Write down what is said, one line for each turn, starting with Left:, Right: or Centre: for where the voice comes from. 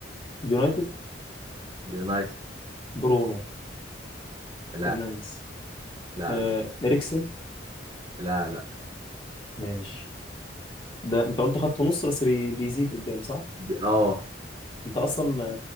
Left: يونايتد
Right: يونايتد
Left: برونو
Right: لا
Left: فرنانديز
Right: لا
Left: آه
Right: لا
Left: اريكسن
Right: لا لا
Left: ماشي ده انت قلت خط نص بس بي... بيزيد قدام صح
Right: بي... اه
Left: انت اصلا